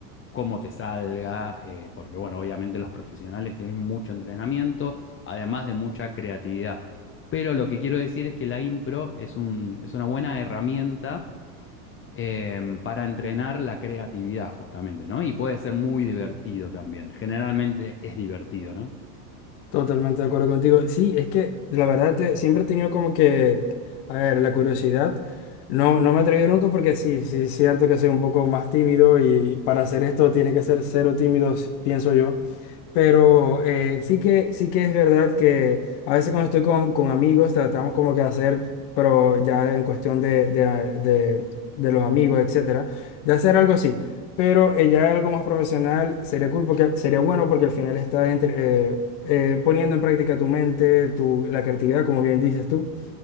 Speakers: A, on the left (about 25°); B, on the left (about 50°).
A: cómo te salga, eh, porque bueno, obviamente los profesionales tienen mucho entrenamiento, además de mucha creatividad. Pero lo que quiero decir es que la impro es un, es una buena herramienta eh, para entrenar la creatividad justamente, ¿no? Y puede ser muy divertido también. Generalmente es divertido, ¿no?
B: Totalmente de acuerdo contigo. Sí, es que la verdad te- siempre he tenido como que, a ver, la curiosidad. No, no me he atrevido nunca porque sí, sí, es cierto que soy un poco más tímido y para hacer esto tienes que ser cero tímido, si- pienso yo. Pero eh, sí que, sí que es verdad que a veces cuando estoy con, con amigos tratamos como que hacer, pero ya en cuestión de, de, de- de los amigos, etcétera, de hacer algo así. Pero eh, ya algo más profesional sería cool porque sería bueno porque al final estás entre- eh, eh, poniendo en práctica tu mente, tu, la creatividad, como bien dices tú